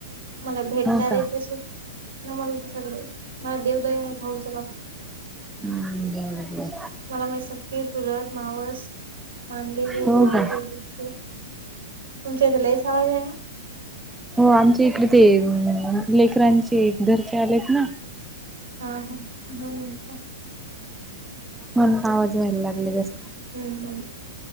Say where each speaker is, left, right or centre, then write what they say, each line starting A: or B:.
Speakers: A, on the right; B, in the centre.
A: मला भेटणारे
B: हो का
A: तसेच ना मला त सगळे. मला देवदाय आहे भाऊच्या बाबतीत.
B: हं. बरं बरं.
A: मला माहे सख्खे, चुलत, मावस, मानलेले,
B: हो
A: जवळचे
B: का
A: दूरचे तुमच्या इथं लईच आवाज आहे बा.
B: हो आमच्या इकडे ते अं लेकरांचे घरचे आलेत ना.
A: हा हा. म्हणून का?
B: म्हणून आवाज व्हायला लागले जास्त.
A: हं हं.